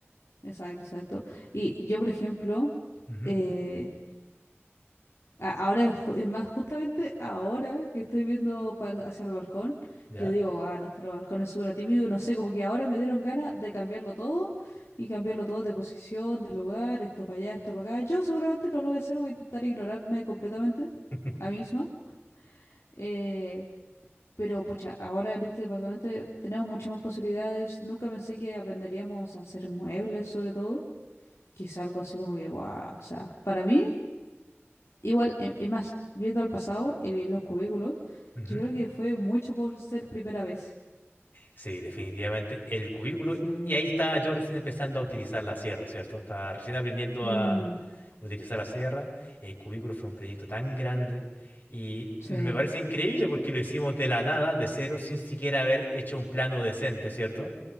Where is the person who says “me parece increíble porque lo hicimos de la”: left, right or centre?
Left